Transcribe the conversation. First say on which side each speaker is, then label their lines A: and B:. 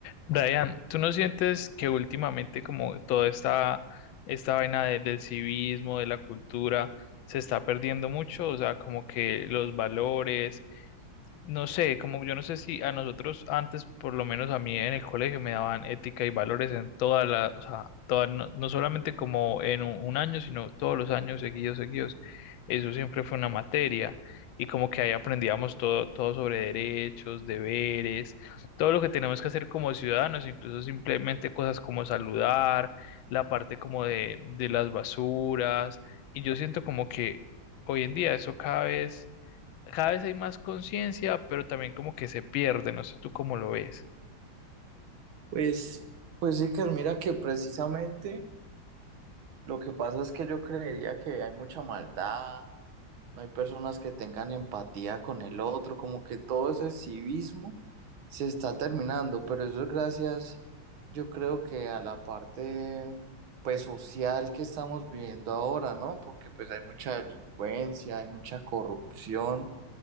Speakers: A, on the left; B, on the right.
A: Brian, ¿tú no sientes que últimamente como toda esta, esta vaina de- del civismo, de la cultura, se está perdiendo mucho? O sea, como que los valores, no sé, como yo no sé si a nosotros antes, por lo menos a mí en el colegio, me daban ética y valores en toda la, o sea, toda, no, no solamente como en un, un año, sino todos los años seguidos, seguidos. Eso siempre fue una materia y como que ahí aprendíamos todo, todo sobre derechos, deberes, todo lo que tenemos que hacer como ciudadanos, incluso simplemente cosas como saludar, la parte como de, de las basuras. Y yo siento como que hoy en día eso cada vez cada vez hay más conciencia, pero también como que se pierde, no sé tú cómo lo ves.
B: Pues, pues sí, que mira que precisamente lo que pasa es que yo creería que hay mucha maldad, no hay personas que tengan empatía con el otro, como que todo ese civismo se está terminando, pero eso es gracias, yo creo que a la parte pues social que estamos viviendo ahora, ¿no? Porque pues hay mucha delincuencia, hay mucha corrupción,